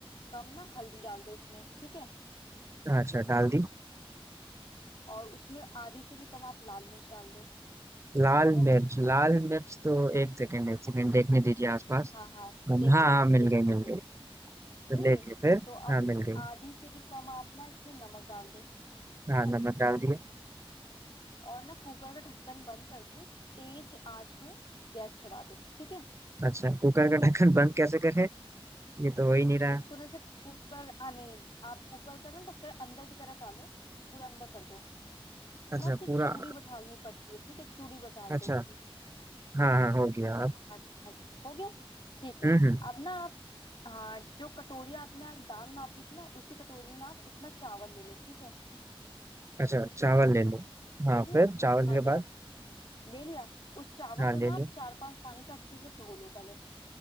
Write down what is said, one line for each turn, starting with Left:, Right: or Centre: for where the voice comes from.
Left: कम ना हल्दी डाल दो उसमें ठीक है
Right: अच्छा डाल दी
Left: और उसमें आधी से भी कम आप लाल मिर्च डाल दो
Right: लाल
Left: ठीक है
Right: मिर्च लाल मिर्च तो एक सेकेंड एक सेकेंड देखने दीजिए आसपास
Left: हाँ हाँ
Right: हाँ
Left: देख लीजिए
Right: हाँ मिल
Left: देख
Right: गई
Left: लीजिए
Right: मिल
Left: देख
Right: गई
Left: लीजिए। मिल
Right: ले
Left: गई
Right: लिए फिर
Left: तो
Right: हाँ
Left: अब
Right: मिल गई
Left: आधी से भी कम आप ना इसमें नमक डाल दो ठीक
Right: हाँ
Left: है
Right: नमक डाल दिया
Left: और ना कुकर का ढक्कन बंद करके तेज आंच में गैस चढ़ा दो ठीक है
Right: अच्छा कुकर का ढक्कन बंद कैसे करें ये तो हो ही नहीं रहा
Left: इसको ना से कुकर हाँ नहीं नहीं, आप कुकर का ना ढक्कन अंदर की तरफ डालो पूरा अंदर कर दो तो
Right: अच्छा
Left: ना उसकी
Right: पूरा
Left: चूड़ी बैठालनी पड़ती है ठीक है चूड़ी बैठाल
Right: अच्छा
Left: दो उसकी
Right: हाँ हाँ हो गया अब
Left: हाँ जी हाँ जी हो गया ठीक है
Right: हम्म हम्म
Left: अब ना आप हाँ जो कटोरी आपने दाल नापी थी ना उसी कटोरी में आप उतना चावल ले लो ठीक है
Right: अच्छा चावल ले लो हाँ
Left: ले लिया
Right: फिर चावल
Left: हाँ
Right: के
Left: जी
Right: बाद
Left: हाँ जी ले लिया उस चावल
Right: हाँ
Left: को
Right: ले
Left: ना
Right: लो
Left: आप चार पांच पानी से अच्छे से धो लो पहले